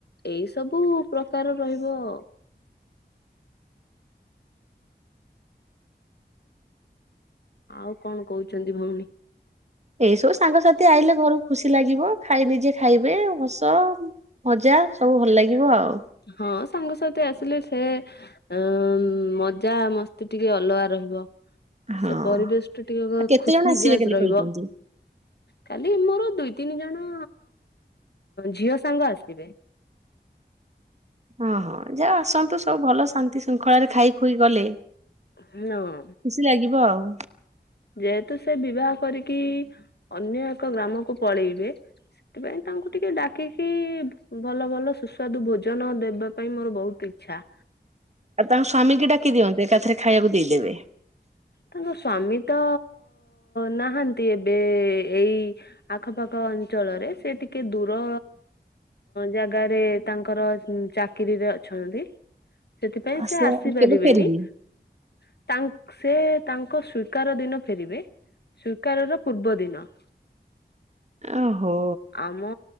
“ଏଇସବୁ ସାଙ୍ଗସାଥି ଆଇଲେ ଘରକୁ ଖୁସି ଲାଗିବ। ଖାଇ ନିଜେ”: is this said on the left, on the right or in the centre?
Right